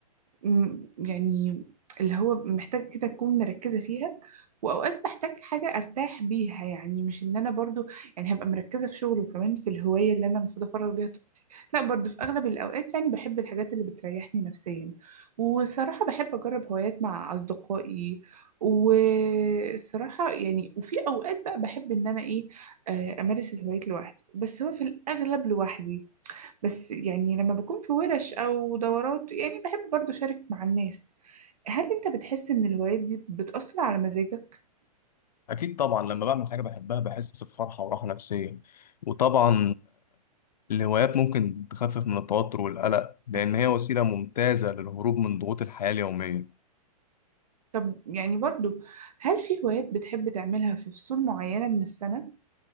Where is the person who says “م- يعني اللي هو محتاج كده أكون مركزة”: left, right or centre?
Right